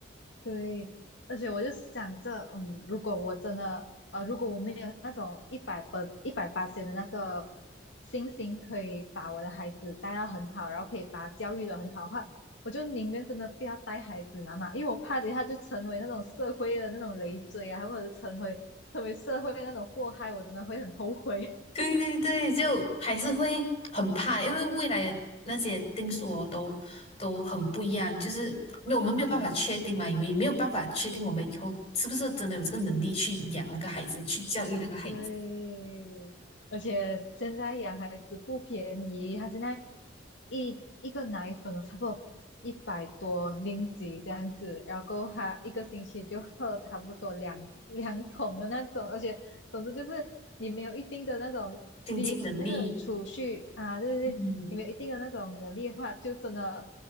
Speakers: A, on the left; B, on the left.
A: 对，而且我就想着，嗯，如果我真的，呃，如果我没有那种一百分、一百八千的那个信心，可以把我的孩子带到很好，然后可以把他教育的很好的话，我就宁愿真的不要带孩子你知道嘛，因为我怕等一下就成为那种社会的那种累赘啊，或者成为成为社会的那种祸害，我真的会很后悔。
B: 对对对，就还是会很怕，因为未来的那些定数哦，都都很不一样，就是没有我们没有办法确定嘛，
A: <laughs> 嗯。
B: 因为没有办法确定我们以后是不是真的有这个能力去养那个孩子，去教育那个孩子，
A: 对，而且现在养孩子不便宜，他现在一一个奶粉哦差不多一百多零几这样子，然后他一个星期就喝差不多两两桶的那种，而且总之就是你没有一定的那种积那个储蓄啊，
B: 经济能力，
A: 就是你们有一定的那种能力的话，
B: 嗯。
A: 就真的